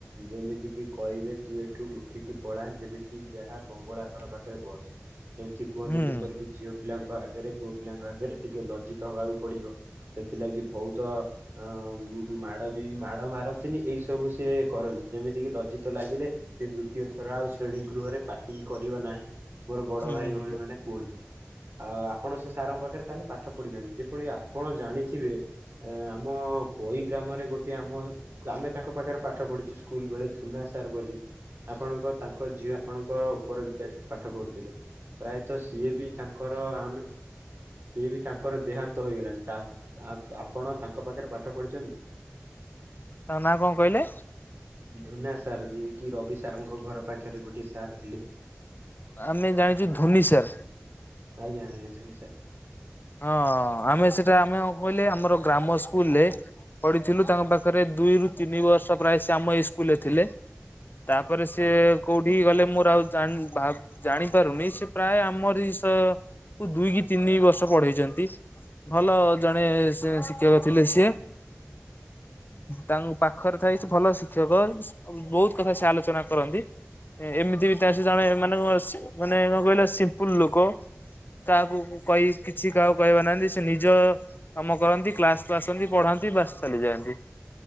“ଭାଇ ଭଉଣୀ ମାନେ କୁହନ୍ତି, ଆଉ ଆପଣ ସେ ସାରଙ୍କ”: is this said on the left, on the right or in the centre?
Right